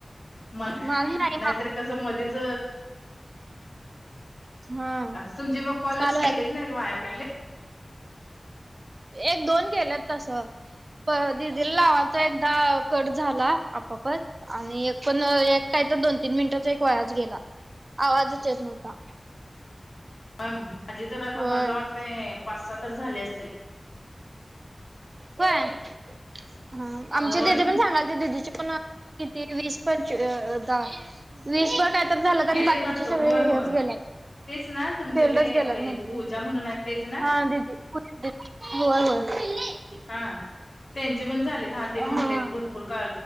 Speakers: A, on the left; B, on the right.
A: नाहीतर
B: माझं नाही मा
A: कसं मध्येच
B: हा
A: आस तुमचे मग कॉल
B: काल
A: आस
B: व्हायल
A: गेलेच नाहीत वाया कुठले?
B: एक दोन केलेत तसं. प दि दिल नावता एकदा कट झाला आपपच आणि एक पण एकटायचा दोन तीन मिनिटाचा एक वयाच गेला. आवाजचचेेत न होता.
A: म माझी तर आता
B: होय.
A: मला वाटते पाच सहा तर झाले असतील.
B: होय ह आमच्या
A: होय
B: दिदी पण सांगाल त ददीचे पण किती वीस पर द वीसभर तर झालं
A: गेलेत
B: आणि बाकीचे
A: वाटतं
B: सगळे
A: होय होय.
B: हेच गेल्या.
A: तेच ना तुमचे
B: तेल
A: ते
B: रच गेलात
A: अय
B: म्ही
A: पूजा म्हणून आहे तेच ना
B: हा दीदी होय होय.
A: हा त्यांचे पण झालेत ह ते
B: हा.
A: म्हंटले भरपूर ूर का